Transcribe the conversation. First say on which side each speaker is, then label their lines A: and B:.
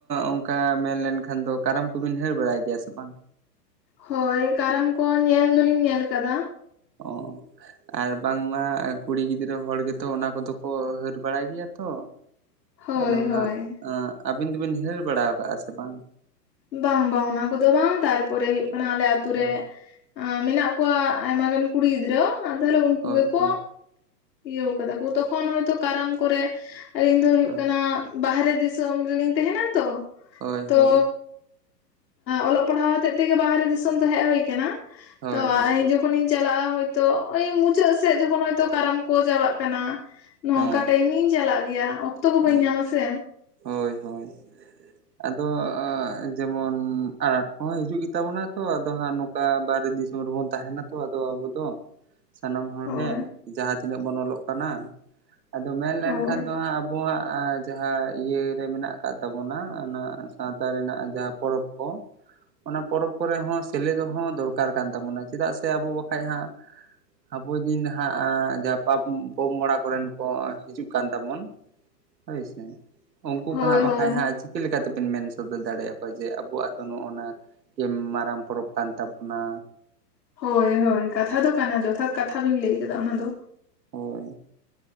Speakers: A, on the right; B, on the left.
A: ᱚᱱᱠᱟ ᱢᱮᱱ ᱞᱮᱱᱠᱷᱟᱱ ᱫᱚ ᱠᱟᱨᱟᱢ ᱠᱚᱵᱤᱱ ᱧᱮᱞ ᱵᱟᱲᱟᱭ ᱜᱮᱭᱟ ᱥᱮ ᱵᱟᱝ?
B: ᱦᱳᱭ ᱠᱟᱨᱟᱢ ᱠᱚ ᱧᱮᱞ ᱫᱚᱞᱤᱧ ᱧᱮᱞ ᱠᱟᱫᱟ᱾
A: ᱚ ᱟᱨ ᱵᱟᱝᱢᱟ ᱠᱩᱲᱤ ᱜᱤᱫᱽᱨᱟᱹ ᱦᱚᱲ ᱜᱮᱛᱚ ᱚᱱᱟ ᱠᱚᱫᱚ ᱠᱚ ᱦᱟᱹᱨ ᱵᱟᱲᱟᱭ ᱜᱮᱭᱟ ᱛᱚ᱾
B: ᱦᱳᱭ
A: ᱟᱫᱚ ᱦᱟᱸᱜ
B: ᱦᱳᱭ
A: ᱟᱹᱵᱤᱱ ᱫᱚᱵᱤᱱ ᱦᱟᱹᱨ ᱵᱟᱲᱟ ᱠᱟᱜᱼᱟ ᱥᱮ ᱵᱟᱝ?
B: ᱵᱟᱝ ᱵᱟᱝ ᱚᱱᱟ ᱠᱚᱫᱚ ᱵᱟᱝ ᱛᱟᱨᱯᱚᱨᱮ ᱦᱩᱭᱩᱜ ᱠᱟᱱᱟ ᱟᱞᱮ ᱟᱛᱩ
A: ᱦᱳᱭ
B: ᱨᱮ ᱢᱮᱱᱟᱜ ᱠᱚᱣᱟ ᱟᱭᱢᱟ ᱜᱟᱱ ᱜᱤᱫᱽᱨᱟᱹ ᱛᱟᱦᱚᱞᱮ ᱩᱱᱠᱩ
A: ᱦᱳᱭ
B: ᱜᱮᱠᱚ
A: ᱦᱳᱭ
B: ᱤᱭᱟᱹ ᱠᱟᱫᱟ ᱠᱚ ᱛᱚᱠᱷᱚᱱ ᱦᱳᱭᱛᱳ ᱠᱟᱨᱟᱢ ᱠᱚᱨᱮ ᱟᱹᱞᱤᱧ ᱫᱚ ᱦᱩᱭᱩᱜ
A: ᱦᱳᱭ
B: ᱠᱟᱱᱟ ᱵᱟᱦᱨᱮ ᱫᱤᱥᱚᱢ ᱨᱤᱱᱤᱧ ᱛᱟᱦᱮᱱᱟ ᱛᱚ᱾
A: ᱦᱳᱭ
B: ᱛᱚ
A: ᱦᱳᱭ
B: ᱚᱞᱚᱜ ᱯᱟᱲᱦᱟᱣ ᱦᱚᱛᱮᱡ ᱛᱮᱜᱮ ᱵᱟᱦᱨᱮ ᱫᱤᱥᱚᱢ ᱫᱚ ᱦᱮᱡ ᱦ ᱟᱠᱟᱱᱟ᱾ᱛᱚ
A: ᱦᱳᱭ ᱦᱳᱭ
B: ᱤᱧ ᱡᱚᱠᱷᱚᱱᱤᱧ ᱪᱟᱞᱟᱜᱼᱟ ᱦᱳᱭᱛᱳ ᱳᱭ ᱢᱩᱪᱟᱹᱫ ᱥᱮᱫ ᱡᱚᱠᱷᱚᱱ ᱦᱚᱭᱛᱳ ᱠᱟᱨᱟᱢ ᱠᱚ ᱪᱟᱵᱟᱜ ᱠᱟᱱᱟ ᱱᱚᱝᱠᱟ
A: ᱦᱚᱸ
B: ᱴᱟᱭᱤᱢᱤᱧ ᱪᱟᱞᱟᱜ ᱜᱮᱭᱟ᱾ ᱚᱠᱛᱚ ᱠᱚ
A: ᱚ
B: ᱵᱟᱹᱧ ᱧᱟᱢᱟ ᱥᱮ
A: ᱦᱳᱭ ᱦᱳᱭ ᱟᱫᱚ ᱡᱮᱢᱚᱱ ᱟᱸᱴᱚ ᱠᱚᱦᱚᱸ ᱦᱤᱡᱩᱜ ᱜᱮᱛᱟ ᱵᱚᱱᱟ ᱛᱚ ᱟᱫᱚ ᱦᱟᱸᱜ ᱚᱠᱟ ᱵᱟᱨᱦᱮ ᱫᱤᱥᱚᱢ ᱨᱮᱵᱚᱱ ᱛᱟᱦᱮᱱᱟ ᱛᱚ ᱟᱫᱚ ᱟᱵᱚ ᱫᱚ
B: <inaudible>
A: ᱥᱟᱱᱟᱢ ᱦᱚᱲ
B: ᱦᱳᱭ
A: ᱜᱮᱮ ᱡᱟᱦᱟᱸ ᱛᱤᱱᱟᱹᱜ ᱵᱚᱱ ᱚᱞᱚᱜ ᱠᱟᱱᱟ᱾ ᱟᱫᱚ ᱢᱮᱱ ᱞᱮᱠᱷᱟᱱ
B: ᱦᱳᱭ
A: ᱫᱚ ᱦᱟᱸᱜ ᱟᱵᱚᱣᱟᱜ ᱡᱟᱦᱟᱸ ᱤᱭᱟᱹ ᱨᱮ ᱢᱮᱱᱟᱜ ᱟᱠᱟᱫ ᱛᱟᱵᱚᱱᱟ ᱚᱱᱟ ᱥᱟᱶᱛᱟ ᱨᱮᱱᱟᱜ ᱡᱟᱦᱟᱸ ᱯᱚᱨᱚᱵᱽ ᱠᱚ ᱚᱱᱟ ᱯᱚᱨᱚᱵᱽ ᱠᱚᱨᱮ ᱦᱚᱸ ᱥᱮᱞᱮᱫᱚᱜ ᱦᱚᱸ ᱫᱚᱨᱠᱟᱨ ᱠᱟᱱ ᱛᱟᱵᱚᱱᱟ ᱪᱮᱫᱟᱜ ᱥᱮ ᱟᱵᱚ ᱵᱟᱠᱷᱷᱟᱡ ᱦᱟᱸᱜ ᱟᱵᱚ ᱫᱤᱱ ᱦᱟᱸᱜ ᱡᱟᱦᱟᱸ ᱯᱚ-ᱯᱚᱜᱲᱟ ᱠᱚᱨᱮᱱ ᱠᱚ ᱦᱤᱡᱩᱜ ᱠᱟᱱ ᱛᱟᱵᱚᱱ ᱦᱳᱭ ᱥᱮ᱾ᱩᱱᱠᱩ
B: ᱦᱳᱭ
A: ᱠᱚ ᱦᱟᱸᱜ ᱵᱟᱠᱷᱟᱡ
B: ᱦᱳᱭ
A: ᱦᱟᱸᱜ ᱪᱮᱫ ᱞᱮᱠᱟ ᱛᱮᱵᱮᱱ ᱢᱮᱱ ᱥᱚᱫᱚᱨ ᱫᱟᱲᱮᱭᱟᱠᱚᱣᱟ ᱡᱮ ᱟᱵᱚᱣᱟᱜ ᱫᱚ ᱱᱚᱜᱼᱚᱱᱟ ᱜᱮ ᱢᱟᱨᱟᱝ ᱯᱚᱨᱚᱵᱽ ᱠᱟᱱ ᱛᱟᱵᱚᱱᱟ᱾
B: ᱦᱳᱭ ᱦᱳᱭ ᱠᱟᱛᱷᱟ ᱫᱚ ᱠᱟᱱᱟ ᱡᱚᱛᱷᱟᱛ ᱠᱟᱛᱷᱟ ᱵᱮᱱ ᱞᱟᱹᱭ ᱠᱮᱫᱟ ᱚᱱᱟ ᱫᱚ
A: ᱦᱳᱭ